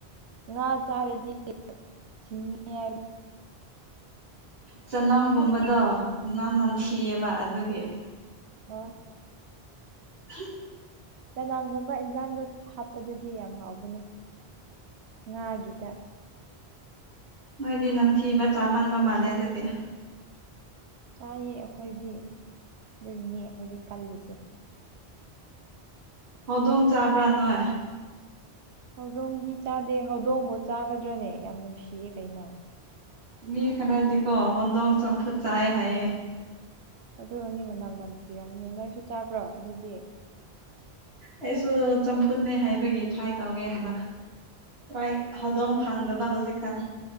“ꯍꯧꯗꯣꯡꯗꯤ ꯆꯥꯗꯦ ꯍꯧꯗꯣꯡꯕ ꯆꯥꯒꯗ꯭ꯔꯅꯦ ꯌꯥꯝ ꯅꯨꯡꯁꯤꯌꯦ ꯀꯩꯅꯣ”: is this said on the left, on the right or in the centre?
Right